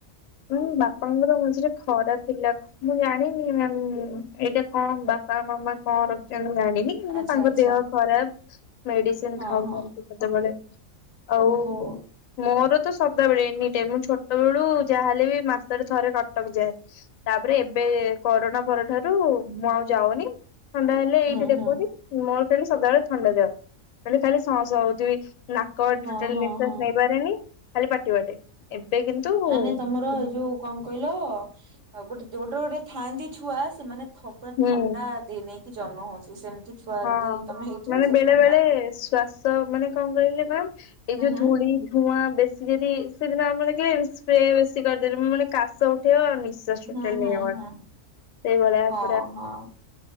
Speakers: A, on the left; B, on the right.
A: ଉଁ ବାପାଙ୍କର ମଝିରେ ଖରାପ ଥିଲା। ମୁଁ ଜାଣିନି ମ୍ୟାମ ଏଇଟା କଣ ବାପା ମାମା କଣ ରଖିଚନ୍ତି ମୁଁ ଜାଣିନି। କିନ୍ତୁ
B: ଆଚ୍ଛା
A: ତାଙ୍କ
B: ଆଚ୍ଛା
A: ଦେହ ଖରାପ ମେଡିସିନ
B: ହଁ
A: ଖାଉଚନ୍ତି
B: ହଁ
A: କେତେବେଳେ। ଆଉ
B: ଓହୋ
A: ମୋର ତ ସଦାବେଳେ ଏନିଟାଇ ମୁଁ ଛୋଟ ବେଳୁ ଯାହାହେଲେ ବି ମାସ ରେ ଥରେ କଟକ ଯାଏ। ତାପରେ ଏବେ କରୋନା ପରଠାରୁ ମୁଁ ଆଉ ଯାଉନି ଥଣ୍ଡା ହେଲେ
B: ହୁଁ
A: ଏଇଠି ଦେଖଉଚି।
B: ହୁଁ
A: ମୋର ଖାଲି ସଦାବେଳେ ଥଣ୍ଡା ଦେହ ଖାଲି ଖାଲି ସଅଁ ସଅଁ ହଉଥିବି ନାକ କର
B: ହଁ
A: ଟୋଟାଲ
B: ହଁ
A: ନିଶ୍ୱାସ
B: ହଁ
A: ନେଇପାରେନି ଖାଲି ପାଟି ବାଟେ ଏବେ କିନ୍ତୁ ହୁଁ
B: ମାନେ ତମର ଏଇ ଯୋଉ କଣ କହିଲ ଗୋଟେ ଗୋଟେ ଗୋଟେ ଥାଆନ୍ତି ଛୁଆ ସେମାନେ ଥ ପୁରା
A: ହଁ।
B: ଥଣ୍ଡା ଦେଇ ନେଇକି ଜନ୍ମ ହୁଉନ୍ତି ସେମିତି ଛୁଆ
A: ହଁ
B: ଯଦି ତମେ ହେଇଥିବ
A: ମାନେ
B: ସେଥିପାଇଁ
A: ବେଳେ ବେଳେ
B: ଛାଡୁନ
A: ଶ୍ଵାସ ମାନେ କଣ କହିଲେ ମ୍ୟାମ୍ ଏଇ ଯୋଉ
B: ହୁଁ ହୁଁ
A: ଧୂଳି ଧୂଆଁ ବେଶ ଯଦି ସେଦିନ ଆମ ଦେଖିଲେ ସ୍ପ୍ରେ ବେଶୀ କରିଦେଲେ ମୁଁ ମାନେ କାଶ ଉଠେଇବ ନି ଶ୍ୱାସ
B: ହୁଁ
A: ଟୋଟାଲ
B: ହୁଁ
A: ନେଇହବନି
B: ହୁଁ
A: ସେଇଭଳିଆ
B: ହଁ
A: ପୁରା
B: ହଁ